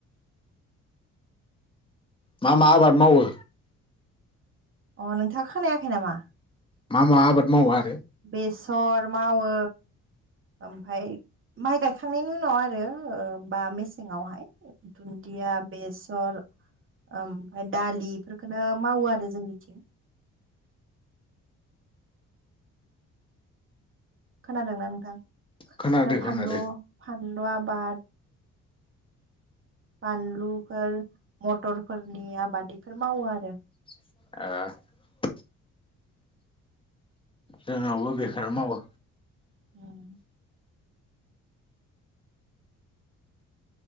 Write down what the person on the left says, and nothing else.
मा मा आबाद मावो?
मा मा आबाद मावा?
खोनादो
खोनादो
ओ जोंनावबो बेखोनो मावो।